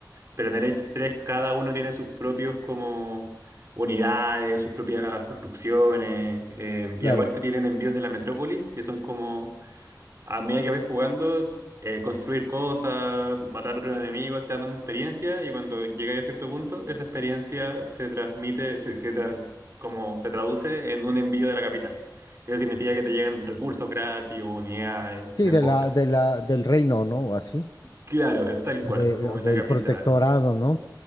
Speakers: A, on the right; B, on the left.
A: Pero en el Age tres, cada uno tiene sus propios como unidades, sus propias construcciones, eh, y
B: Claro.
A: aparte tienen envíos de la metrópolis, que son como a medida que vais jugando, eh, construir cosas, matar a otros enemigos, te van dando experiencia y cuando llegáis a cierto punto, esa experiencia se transmite, se, se tras- como se traduce en un envío de la capital. Y eso significa que te llegan recursos gratis, unidades,
B: Sí,
A: mejoras,
B: de la,
A: etcétera.
B: de la, del reino, ¿no? O así.
A: Claro, es tal cual,
B: O, de-
A: como
B: o
A: es la
B: del
A: capital.
B: protectorado, ¿no?